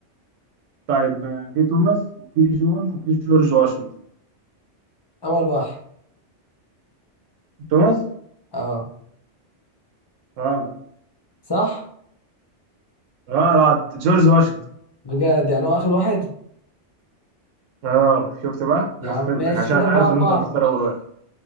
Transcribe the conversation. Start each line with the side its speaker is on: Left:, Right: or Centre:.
Right: طيب آه، في توماس وفي جون وفي جورج واشنطن
Left: أول واحد
Right: توماس
Left: أه
Right: غلط
Left: صح؟
Right: غلط جورج واشنطن
Left: بجد يعني هو آخر واحد؟
Right: اه شفت بقى
Left: يا
Right: غفلتك
Left: عم ماشي
Right: عشان
Left: كده
Right: عارف
Left: أربعة أربعة
Right: ان انت تختار اول واحد